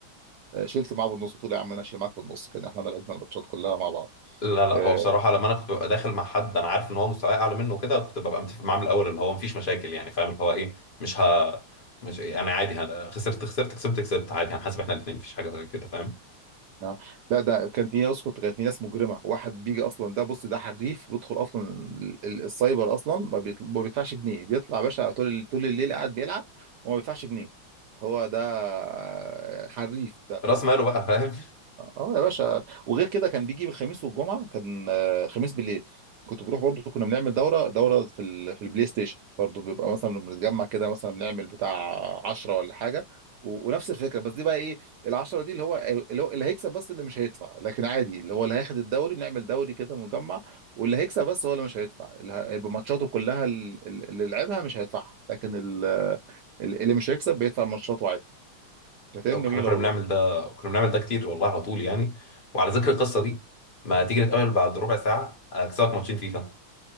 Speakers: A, on the right; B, on the left.
A: فشلت معاه بالنص قلت له يا عم انا اشيل معاك بالنص كان احنا لعبنا الماتشات كلها مع بعض
B: لا لا
A: آه،
B: هو بصراحة لما أنا كنت ببقى داخل مع حد أنا عارف إن هو مستواي أعلى منه وكده كنت ببقى متفق معاه من الأول اللي هو مفيش مشاكل يعني فاهم اللي هو إيه مش ه مش إيه، يعني عادي هن... خسرت خسرت كسبت كسبت عادي هنحاسب إحنا الاتنين مفيش حاجة كده فاهم
A: نعم. لا ده كان في اسكت كان في ناس مجرمه واحد بيجي اصلا ده بص ده حريف بيدخل اصلا ال- ال- السايبر اصلا ما بيطل- ما بيدفعش جنيه بيطلع يا باشا طول طول الليل قاعد بيلعب وما بيدفعش جنيه هو ده آه، حريف
B: رأس ماله بقى فاهم
A: اه يا باشا وغير كده كان بيجي بالخميس والجمعه كان آه، خميس بالليل كنت بروح برضو كنا بنعمل دوره دوره في ال... في البلاي ستيشن برضو بيبقى مثلا بنتجمع كده مثلا بنعمل بتاع 10 ولا حاجه و... ونفس الفكره بس دي بقى ايه العشرة دي اللي هو اللي هو اللي هيكسب بس اللي مش هيدفع لكن عادي اللي هو اللي هياخد الدوري بنعمل دوري كده مجمع واللي هيكسب بس هو اللي مش هيدفع اللي هيبقى ماتشاته كلها ال- ال- اللي لعبها مش هيدفعها لكن ال... ال- اللي مش هيكسب بيدفع ماتشاته عادي كانت ايام
B: <laughs>
A: جميله
B: إحنا كنا
A: والله
B: بنعمل ده كنا بنعمل ده كتير والله على طول يعني وعلى ذكر القصة دي ما تيجي نتقابل بعد ربع ساعة أكسبك ماتشين فيفا